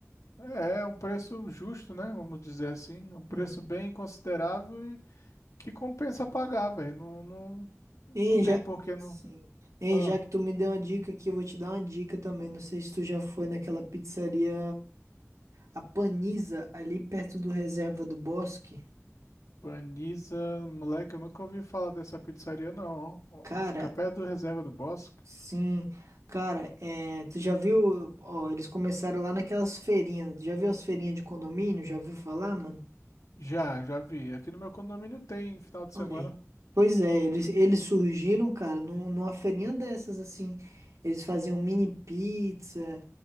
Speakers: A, on the left; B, on the right.
A: É, é um preço justo, né? Vamos dizer assim. É um preço
B: Uhum.
A: bem considerável e que compensa pagar, velho. Não, não, não
B: Hein,
A: tem
B: já...
A: por que não.
B: Sim. Hein,
A: Ah,
B: já que tu me deu uma dica aqui, eu vou te dar uma dica também. Não sei se tu já foi naquela pizzaria, a Paniza, ali perto do Reserva do Bosque.
A: Paniza, moleque, eu nunca ouvi falar dessa pizzaria, não. ó.
B: Cara,
A: Fica perto do Reserva do Bosque.
B: Sim, cara, é, tu já viu, ó, eles começaram lá naquelas feirinhas, já viu as feirinhas de condomínio, já viu falar, mano?
A: Já, já vi. Aqui no meu condomínio tem final de
B: Olha
A: semana.
B: aí. Pois é, eles, eles surgiram, cara, num- numa feirinha dessas, assim, eles faziam mini pizza,